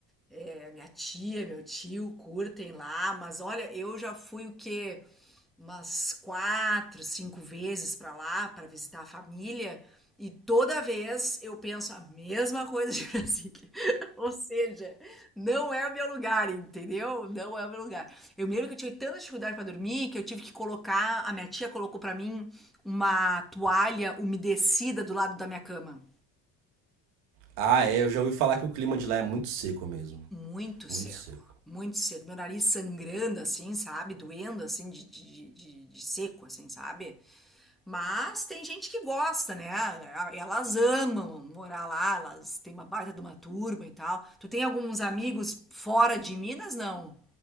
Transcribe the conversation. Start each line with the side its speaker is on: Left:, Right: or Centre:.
Centre: É, minha tia, meu tio curtem lá, mas olha, eu já fui o quê? Umas quatro, cinco vezes pra lá, pra visitar a família, e toda vez eu penso a mesma coisa de Brasília. <laughs> Ou seja, não é o meu lugar, entendeu? Não é o meu lugar. Eu me lembro que eu tive tanta dificuldade pra dormir que eu tive que colocar, a minha tia colocou pra mim uma toalha umedecida do lado da minha cama.
Right: Ah, é, eu já ouvi falar que o clima de lá é muito seco mesmo.
Centre: Muito
Right: Muito
Centre: seco,
Right: seco.
Centre: muito seco. Meu nariz sangrando, assim, sabe? Doendo, assim, de, de, de, de seco, assim, sabe? Mas tem gente que gosta, né? Elas amam morar lá, elas têm uma baita de uma turma e tal. Tu tem alguns amigos fora de Minas, não?